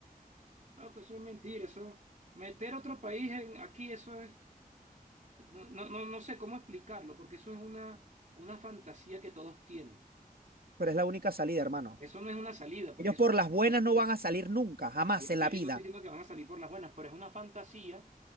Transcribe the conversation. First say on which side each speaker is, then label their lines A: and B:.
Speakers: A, on the right; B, on the right.
A: No, que eso es mentira, eso, meter otro país en, aquí, eso es, No, no, no, no sé cómo explicarlo, porque eso es una, una fantasía que todos tienen.
B: Pero es la única salida, hermano.
A: Eso no es una salida, porque
B: Ellos
A: eso
B: por
A: es
B: las
A: una
B: buenas
A: fantasía.
B: no van a salir nunca, jamás
A: Y
B: en
A: es que
B: la vida.
A: yo no estoy diciendo que van a salir por las buenas, pero es una fantasía